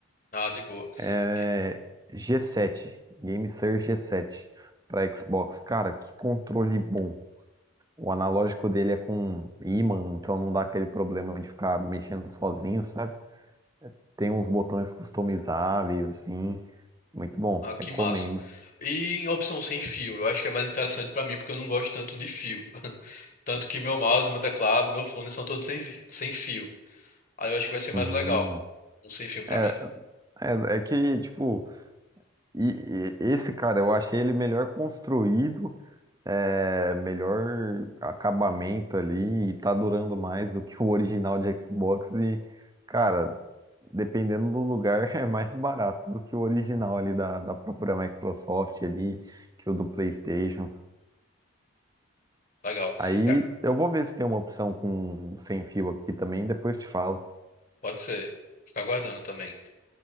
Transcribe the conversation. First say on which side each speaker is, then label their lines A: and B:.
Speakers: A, on the left; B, on the right.
A: Ah, de boa.
B: É
A: E-
B: g sete GameSir g sete para Xbox. Cara, que controle bom. O analógico dele é com ímã, então não dá aquele problema de ficar mexendo sozinho, sabe? Tem uns botões customizáveis, assim. Muito bom,
A: Ah, que
B: recomendo.
A: massa. E em opção sem fio, eu acho que é mais interessante para mim, porque eu não gosto tanto de fio. <laughs> Tanto que meu mouse, meu teclado, meu fone são todos sem, vi- sem fio. Aí eu acho que vai ser
B: Hum,
A: mais legal. Um sem fio pra
B: é,
A: mim.
B: é, é que, tipo. E, e- esse cara, eu achei ele melhor construído, é, melhor acabamento ali, e tá durando mais do que o original de Xbox. E, cara, dependendo do lugar, <laughs> é mais barato do que o original ali da, da própria Microsoft ali, que o do PlayStation.
A: Legal.
B: Aí
A: É,
B: eu vou ver se tem uma opção com sem fio aqui também, depois te falo.
A: pode ser. Ficar aguardando também.